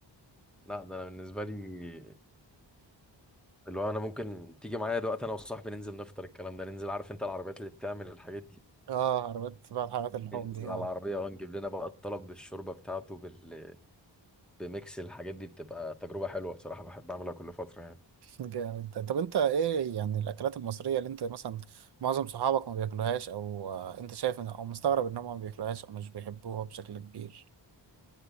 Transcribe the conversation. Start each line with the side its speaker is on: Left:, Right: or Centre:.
Centre: لا ده أنا بالنسبة لي اللي هو أنا ممكن تيجي معايا دلوقتي أنا وصاحبي ننزل نفطر الكلام ده ننزل عارف أنت العربيات اللي بتعمل الحاجات دي
Right: اه عربيات بقى حلقات اللحوم
Centre: ننزل
Right: دي اه
Centre: على العربية أه نجيب لنا بقى الطلب بالشوربة بتاعته بال... بميكس الحاجات دي بتبقى تجربة حلوة بصراحة بحب أعملها كل فترة يعني
Right: <laughs> جامد ده. طب انت ايه يعني الاكلات المصريه اللي انت مثلا معظم صحابك ما بياكلوهاش او آه، انت شايف ان او مستغرب انهم ما بياكلوهاش او مش بيحبوها بشكل كبير